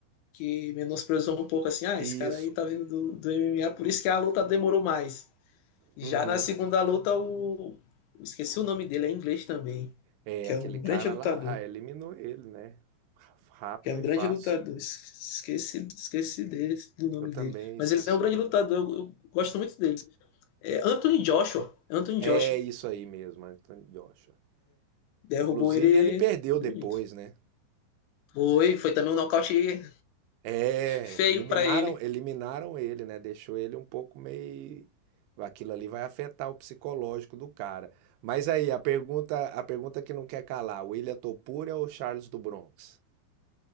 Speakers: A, on the left; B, on the right.
A: que menosprezou um pouco assim, ah,
B: Isso.
A: esse cara aí tá vindo do, do MMA, por isso que a luta demorou mais. Já
B: Uhum.
A: na segunda luta, o. Esqueci o nome dele, é inglês também.
B: É,
A: Que
B: aquele
A: é um
B: cara
A: grande lutador.
B: lá ah, eliminou ele, né? Rápido
A: Que é um
B: e
A: grande
B: fácil.
A: lutador. Es- Esqueci, esqueci desse, do nome
B: Eu também
A: dele.
B: esqueci
A: Mas ele é um grande
B: o nome.
A: lutador. Eu, eu gosto muito dele. É Anthony Joshua. Anthony
B: É
A: Joshua.
B: isso aí mesmo, Anthony Joshua.
A: Derrubou
B: Inclusive,
A: ele
B: ele perdeu
A: bonito.
B: depois, né?
A: Foi, foi também um nocaute
B: É,
A: feio
B: eliminaram,
A: pra ele.
B: eliminaram ele, né? Deixou ele um pouco meio. Aquilo ali vai afetar o psicológico do cara. Mas aí, a pergunta, a pergunta que não quer calar: William Topuria ou Charles do Bronx?